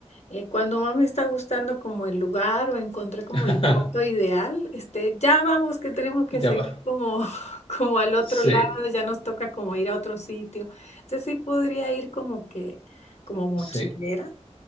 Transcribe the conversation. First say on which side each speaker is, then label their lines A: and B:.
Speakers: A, on the left (about 70°); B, on the left (about 50°).
A: eh, cuando más me está gustando como el lugar o encontré
B: <laughs>
A: como la foto ideal, este, ya vamos que tenemos que
B: Ya
A: seguir
B: va.
A: como, <laughs> como al otro
B: Sí,
A: lado, ya nos toca como ir a otro sitio. Entonces sí podría ir como que, como mochilera.
B: sí,